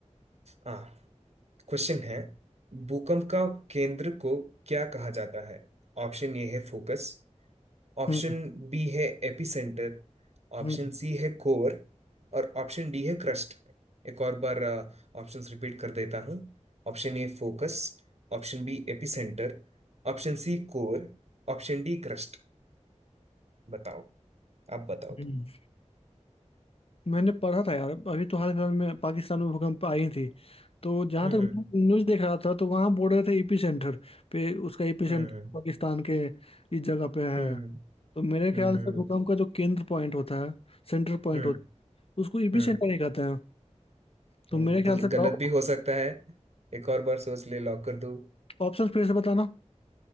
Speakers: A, on the right (about 60°); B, on the left (about 55°).
A: हाँ क्वेश्चन है भूकंप का केंद्र को क्या कहा जाता है ऑप्शन ए है फोकस ऑप्शन
B: हम्म
A: बी है एपिसेंटर ऑप्शन
B: हम्म।
A: सी है कोर और ऑप्शन डी है क्रस्ट एक और बार ऑप्शंस रिपीट कर देता हूँ Option A focus Option B epicentre Option C core Option D crust बताओ आप बताओ
B: हम्म। मैंने पढ़ा था यार अभी तो हाल फिलहाल में पाकिस्तान में भूकंप आई थी तो जहां
A: हम्म
B: तक मैं न्यूज देख रहा था तो वहां बोल रहे थे एपी सेंटर पे उसका एपी सेंटर
A: हम्म
B: पाकिस्तान के इस जगह पे है
A: हम्म
B: तो मेरे ख्याल
A: हम्म
B: से
A: हम्म
B: भूकंप
A: हम्म
B: का जो केंद्र पॉइंट होता है सेंटर पॉइंट
A: हम्म
B: होता है उसको एपी
A: हम्म,
B: सेंटर ही कहते हैं तो
A: हम्म,
B: मेरे
A: तो
B: ख्याल से
A: गलत
B: लॉक
A: भी हो सकता है एक और बार सोच ले लॉक कर दो
B: ऑप्शन फिर से बताना